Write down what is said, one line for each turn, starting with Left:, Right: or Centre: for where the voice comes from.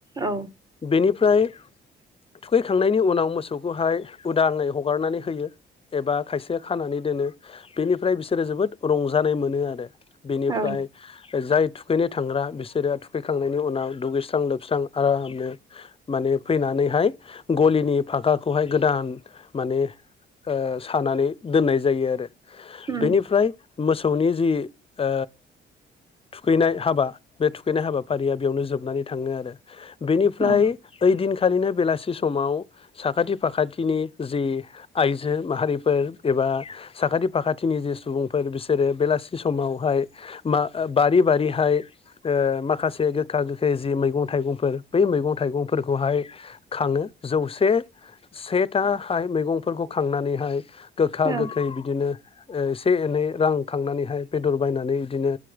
Right: औ
Left: बेनिफ्राय
Right: <unintelligible>
Left: थुखैखांनायनि उनाव मोसौखौहाय उदाङै हगारनानै होयो। एबा खायसेया खानानै दोनो बेनिफ्राय बिसोरो जोबोद रंजानाय मोनो आरो। बिनिफ्राय
Right: औ
Left: जाय थुखैनो थांग्रा बिसोरो फैखांनायनि उनाव दुगैस्रां लोबस्रां आरामनो माने फैनानैहाय गलिनि फागाखौहाय गोदान माने ओ सानानै दोननाय जायो आरो।
Right: उम
Left: बेनिफ्राय मोस मोसौनि जि ओ थुखैनाय हाबा बे थुखैनाय हाबा फारिया बेयावनो जोबनानै थाङो आरो बेनिफ्राय
Right: औ
Left: इदिन खालिनो बेलासि समाव साखाथि फाखाथिनि जि आइजो माहारिफोर एबा ओ साखाथि फाखाथिनि जे सुबुंफोर बिसोरो बेलासि समावहाय मा ओ बारि बारि बिहाय ओ माखासे बे गोखा गोखै जि मैगं थाइगंफोर बै मैगं थाइगंफोरखौहाय खाङो जौसे सेथाहाय मैगंफोरखौ खांनानैहाय गोखा
Right: ओ
Left: गोखै बिदिनो ओ एसे एनै रां खांनानैहाय बेदर बायनानै बिदिनो